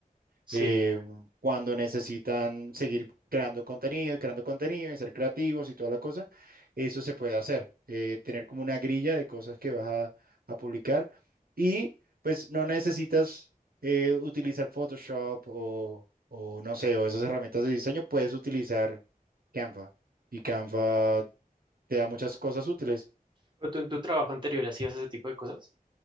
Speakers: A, on the right (about 30°); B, on the right (about 75°).
A: Sí.
B: eh, cuando necesitan seguir creando contenido, creando contenido y ser creativos y toda la cosa, eso se puede hacer, eh, tener como una grilla de cosas que vas a, a publicar y pues no necesitas eh, utilizar Photoshop o, o no sé, o esas herramientas de diseño, puedes utilizar Canva y Canva te da muchas cosas útiles.
A: ¿Pero tú en tu trabajo anterior hacías ese tipo de cosas?